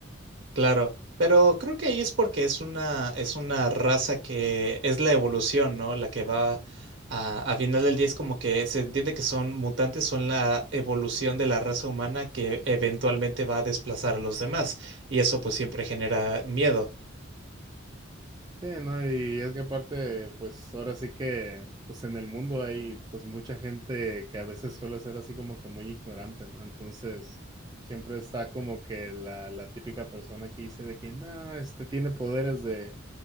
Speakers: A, on the right; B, on the right.
A: Claro, pero creo que ahí es porque es una, es una raza que es la evolución, ¿no? La que va a, a final del día es como que se entiende que son mutantes, son la evolución de la raza humana que eventualmente va a desplazar a los demás. Y eso pues siempre genera miedo.
B: Sí, ¿no? Y es que aparte, pues ahora sí que, pues en el mundo hay pues mucha gente que a veces suele ser así como que muy ignorante, ¿no? Entonces, siempre está como que la, la típica persona que dice de que, no, este tiene poderes de,